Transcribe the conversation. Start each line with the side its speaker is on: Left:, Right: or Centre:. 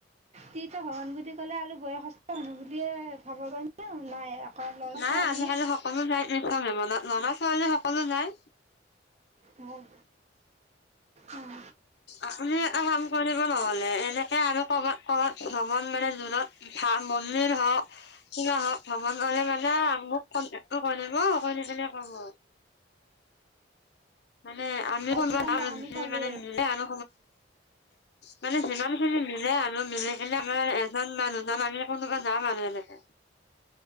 Right: তৃথভমন বুলি ক'লে আৰু বয়সস্থ মানহ বুলিয়ে ভাব নাই আকৌ ল'ৰা
Left: নাই
Right: ছোৱালী
Left: আজিকালি সকলো যায় নিছে লৰা ছোৱালী সকলো যায়।
Right: হয়, উম্।
Left: আপুনি এটা কাম কৰিব নহলে, এনেকে আৰু কৰ'বাত ক'বাত ভ্ৰমণ মানে জুনত ভা মন্দিৰ হওক- কি আহক ভ্ৰমণ কৰিলে মানে, মোক কণ্টেক টো কৰিব ক'ব। মোক কেনে কম আৰু মানে আমি
Right: এতিয়া আমি ক'লোৱে
Left: মানে নিলে আনো মানে যিমান খিনি মিলে আনো মিলি কেলে আমাৰ এজন মানুহজন আানি কোনোবা যাম মানুহ এনেকে।